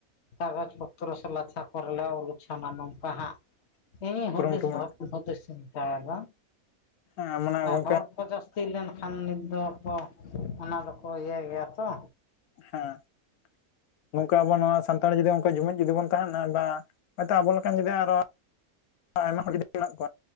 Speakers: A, on the left; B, on the left.
A: ᱠᱟᱜᱚᱡᱽ ᱯᱚᱛᱨᱚ ᱥᱮ ᱞᱟᱪᱷᱟ ᱠᱚᱨᱮ ᱞᱮ ᱚᱞ ᱩᱪᱷᱟᱱᱟ ᱟᱱ ᱯᱟᱦᱟᱜ ᱤᱧ
B: ᱠᱩᱨᱩᱢᱩᱴᱩ
A: ᱦᱩᱫᱤᱥ
B: ᱢᱮᱱᱟᱜᱼᱟ
A: ᱵᱷᱟᱵ ᱦᱩᱫᱤᱥ ᱪᱤᱱᱛᱟᱹᱭ ᱫᱟ᱾
B: ᱦᱮᱸ ᱢᱟᱱᱮ ᱜᱩ
A: ᱦᱚᱲ ᱠᱚ ᱡᱟᱹᱥᱛᱤ ᱞᱮᱱᱠᱷᱟᱱ ᱱᱤᱛ ᱫᱚ ᱠᱚ ᱚᱱᱟ ᱫᱚᱠᱚ ᱤᱭᱟᱹ ᱜᱮᱭᱟ ᱛᱚ
B: ᱦᱮᱸ ᱱᱚᱝᱠᱟ ᱟᱵᱚ ᱱᱚᱣᱟ ᱥᱟᱱᱛᱟᱲ ᱡᱩᱫᱤ ᱡᱩᱢᱤᱫ ᱡᱩᱫᱤ ᱵᱚᱱ ᱛᱟᱦᱮᱱᱟ ᱵᱟ ᱟᱵᱚ ᱞᱮᱠᱟᱱ ᱡᱩᱫᱤ ᱟᱨᱚ ᱟᱭᱢᱟ ᱦᱚᱲ ᱡᱩᱫᱤ ᱢᱮᱱᱟᱜ ᱠᱚᱣᱟ᱾